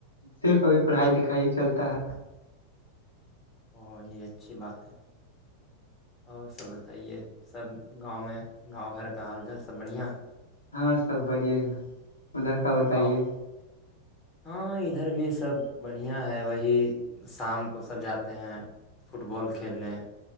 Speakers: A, on the left; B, on the left.
A: صرف ابھی پڑھائی لکھائی چلتا ہے
B: اورو یہ اچھی بات ہے اور سب بتائیے سب گاؤں میں گاؤں گھر کا حال چال سب بڑھیا
A: ہاں سب بڑھ ہے ادھر ادھر کا بتائیے
B: گاؤں ہاں ادھر بھی سب بڑھیا ہے وہی شام کو سب جاتے ہیں فٹ بال کھیلنے